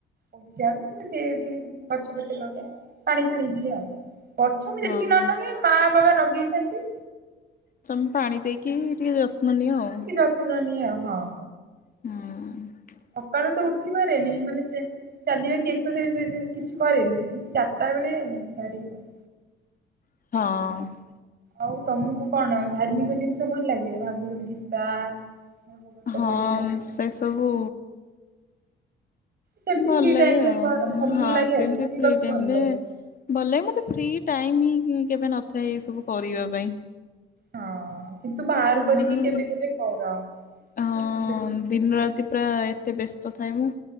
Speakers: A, on the right; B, on the left.
A: ବଗିଚା ଆଡ଼କୁ ସିଏ ଟିକେ ଗଛ ପଛ ଲଗା ପାଣି ଫିଣି ଦିଏ ଆଉ। ଗଛ ମୁଁ ଯେତିକି
B: ହଁ
A: ନ ନଗାଏ ମା ବାବା ନଗେଇଥାନ୍ତି।
B: ତମେ ପାଣି ଦେଇକି ଟିକେ ଯତ୍ନ ନିଅ ଆଉ।
A: ଟିକେ ଯତ୍ନ ନିଏ ହଁ।
B: ହୁଁ।
A: ସକାଳୁ ତ ଉଠିପାରେନି ମାନେ ଚେ ଚାଲିବା କି ଏକ୍ସରସାଇଜ ଫେକ୍ସିଜ କିଛି କରେନି କିନ୍ତୁ ଚାରଟା ବେଳେ ଯାହା ଟିକେ କ
B: ହଁ।
A: ଆଉ ତମକୁ କଣ ଧାର୍ମିକ ଜିନିଷ ଭଲ ଲାଗେ ଭାଗବତ ଗୀତା? ଭାଗବତ
B: ହଁ
A: ପଢିବା
B: ସେ ସବୁ
A: ସେମିତି
B: ଭଲ
A: ଫ୍ରି
B: ଲାଗେ
A: ଟାଇମ ରେ
B: ଆଉ
A: କର ଭଲ
B: ହଁ
A: ଲାଗେ
B: ସେମତି
A: ଶୁଣିବାକୁ
B: ଫ୍ରି ଟାଇମରେ
A: ଭଲ ଲାଗେ।
B: ଭଲ ମତେ ଫ୍ରି ଟାଇମ ହିଁ କେବେ ନଥାଏ ଏ ସବୁ କରିବା ପାଇଁ।
A: ହଁ କିନ୍ତୁ ବାହାର
B: ମାନେ
A: କରିକି
B: ମୁଁ
A: କେବେ କେବେ କର ମାନେ
B: ହଁ
A: ଭଲ ଯେ
B: ଦିନ ରାତି ପୁରା ଏତେ ବ୍ୟସ୍ତ ଥାଏ ମୁଁ